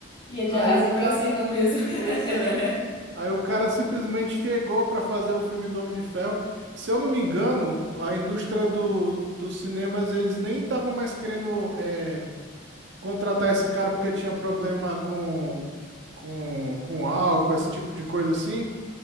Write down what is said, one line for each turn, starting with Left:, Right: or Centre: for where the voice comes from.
Left: E é de
Right: Aí
Left: arrasta
Right: o cara
Left: pra cima mesmo. <laughs>
Right: Pois é. Aí o cara simplesmente chegou para fazer o filme do Homem de Ferro. Se eu não me engano, a indústria do, dos cinemas, eles nem estavam mais querendo é, contratar esse cara porque ele tinha problema com, com, com álcool, esse tipo de coisa assim.